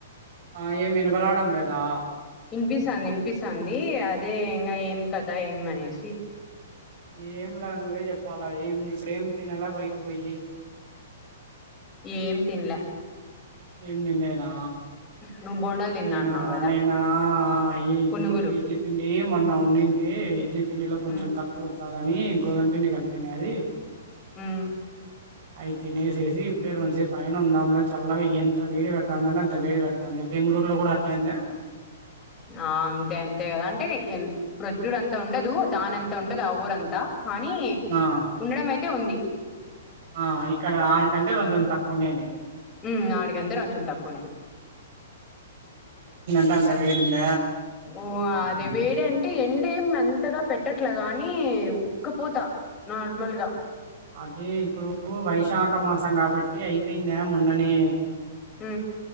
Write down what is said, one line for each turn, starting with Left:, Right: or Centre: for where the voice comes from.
Right: ఆ ఏమి వినబరాడం లేదా
Left: వినిపిస్తాంది వినిపిస్తాంది అదే ఇంకా ఏం కథ ఏమ్ అనేసి
Right: ఏంలా నువ్వే చెప్పాలా ఏం ఇప్పుడేం తినేలా బయట పోయి
Left: ఏం తిన్ల
Right: ఏం తిన్లేదా
Left: నువ్వు బోండాలు తిన్నా
Right: నేనా
Left: అన్నావు కదా
Right: నేనా అ ఇడ్లీ
Left: పునుగులు
Right: ఇడ్లీ పిండి మొన్న ఉన్నింటే ఇడ్లీ పిండిలో కొంచం
Left: మ్
Right: తక్కువ వచ్చ కాదని గోధుమ పిండి కలిపిినయి అది
Left: మ్
Right: అవి తినేసేసి ఇప్పుడే రెంసేపు పైన ఉందాంలే చల్లగా ఎంత వేడి పెడతుందింటే అంత వేడి పెడతుంది బెంగళూరులో కూడా అట్లేంద
Left: ఆ అంతే అంతే కదా అంటే ప్రొజుడ అంతా ఉండదు దాని అంత ఉండదు ఆ ఊరంతా కానీ
Right: ఆ
Left: ఉండడం అైతే అ ఉంది <inaudible>
Right: ఆ ఇక్కడ ఆడు కంటే రోజం తక్కువ ఉన్నాయిలే
Left: ఉ నాడి గంట కొంచెం తక్కువనే
Right: అంట వీడుంద
Left: ఓ అదే వేడంటే ఎండేంత అంతగా పెట్టట్లే గాని ఉక్కుపోతా నార్మల్గా
Right: అది ఇప్పుడు వైశాఖ మాసం కాబట్టి అయిపోయిందే మొన్నని
Left: అ